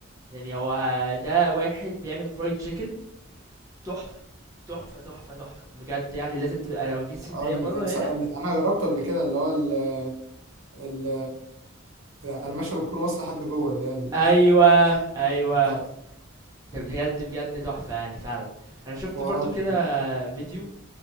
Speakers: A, on the right; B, on the right.
A: يعني هو ده واحد بيعمل فرايد تشيكن تحفه تحفه تحفه تحفه بجد يعني لازم تبقى لو جيت اسكندريه
B: اه ال...
A: مره
B: الس-
A: هنا
B: ال... انا جربته قبل كده اللي هو ال... ال... القرمشه بتكون واصله لحد جوه اللي هي ال-
A: ايوه ايوه
B: بتاعت
A: ده بجد بجد تحفه يعني فعلا انا شفت
B: بهارات
A: برضو كده
B: وكده
A: فيديو